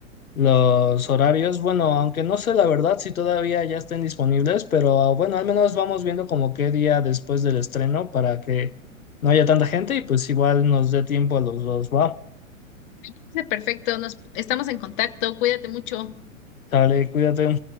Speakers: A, on the left (about 85°); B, on the left (about 40°).
A: los horarios. Bueno, aunque no sé la verdad si todavía ya estén disponibles, pero bueno, al menos vamos viendo como qué día después del estreno para que no haya tanta gente y pues igual nos dé tiempo a los dos, va.
B: Parece Perfecto, nos estamos en contacto, cuídate mucho.
A: Dale, cuídate.